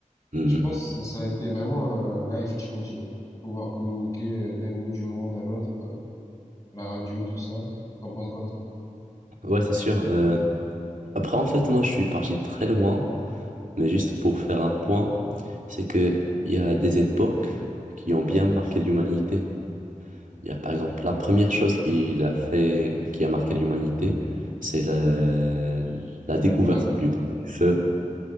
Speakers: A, on the right; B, on the left.
A: Mhm.
B: je pense que ça a été vraiment euh, life-changing, pouvoir communiquer euh, d'un bout du monde à l'autre, euh, la radio, tout ça. T'en penses quoi, toi?
A: Ouais, c'est sûr. euh, Après, en fait, moi, je suis parti très loin, mais juste pour faire un point, c'est que il y a des époques qui ont bien marqué l'humanité. Il y a par exemple la première chose qu'il a fait, qui a marqué l'humanité, c'est la, la découverte
B: Là.
A: plutôt du feu.